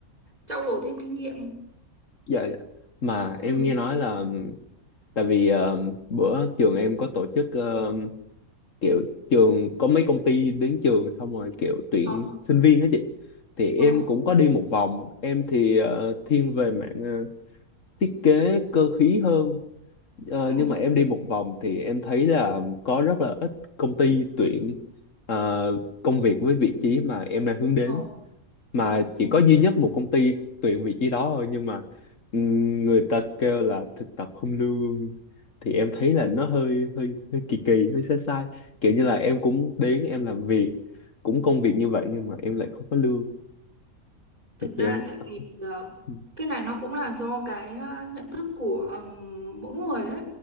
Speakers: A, on the right (about 25°); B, on the left (about 60°).
A: trau dồi thêm kinh nghiệm.
B: dạ dạ mà
A: Ừ.
B: em nghe nói là tại vì ờ, bữa trường em có tổ chức ờ, kiểu trường có mấy công ty đến trường xong rồi kiểu tuyển
A: Ờ.
B: sinh viên đó chị thì em
A: Ờ.
B: cũng có đi một vòng em thì ờ, thiên về mạng ờ, thiết kế cơ khí hơn Ờ,
A: Ừ.
B: nhưng mà em đi một vòng thì em thấy là có rất là ít công ty tuyển ờ, công việc với vị trí mà em đang hướng đến
A: Ờ.
B: mà
A: Ừ.
B: chỉ có duy nhất một công ty tuyển vị trí đó thôi nhưng mà ừm, người ta kêu là thực tập không lương thì em thấy là nó hơi hơi hơi kỳ kỳ hơi sai sai kiểu như là em cũng đến em làm việc cũng công việc như vậy nhưng mà em lại không có lương
A: Thực
B: thì
A: ra
B: em
A: tại
B: không
A: vì ờ,
B: ừ
A: cái này nó cũng là do cái ờ, nhận thức của ừm, mỗi người ấy.